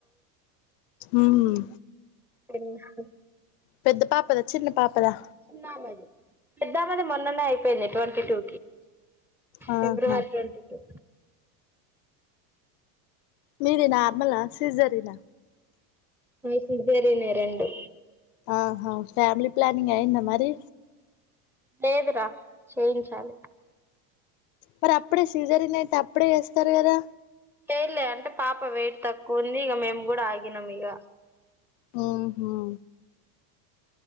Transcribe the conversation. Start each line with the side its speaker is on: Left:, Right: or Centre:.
Left: ఊమ్మ్
Centre: లిన్హా
Left: పెద్ద పాపదా చిన్న పాపదా
Centre: చిన్నా మెది పెద్దామది మొన్ననే అయిపోయింది ట్వంటీ టూ
Left: ఆహా
Centre: ఫిభ్రవరి ట్వంటీ టూ
Left: మీది నార్మలా సిజరినా
Centre: నాయి సిజరీనే రెండు
Left: ఆహా ఫ్యామిలీ ప్లానింగ్ అయ్యిందా మరి
Centre: లేదురా చేయించాలి
Left: మరి అప్పుడే సీజరిన్ అయితే అప్పుడే చేస్తారు కదా
Centre: చెైలే అంటే పాప వెయిట్ తక్కువ ఉంది ఇక మేము కూడా ఆగినాం ఇగ
Left: ఆహా